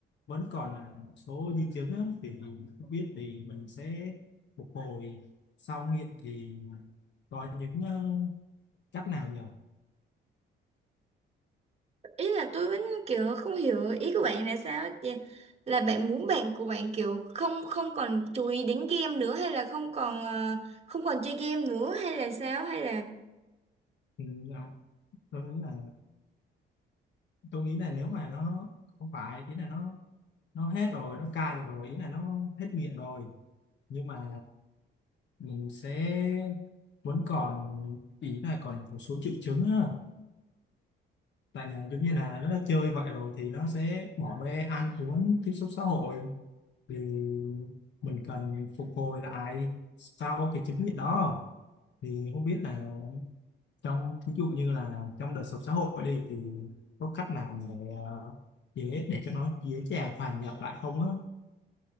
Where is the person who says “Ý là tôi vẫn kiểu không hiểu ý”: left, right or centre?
Right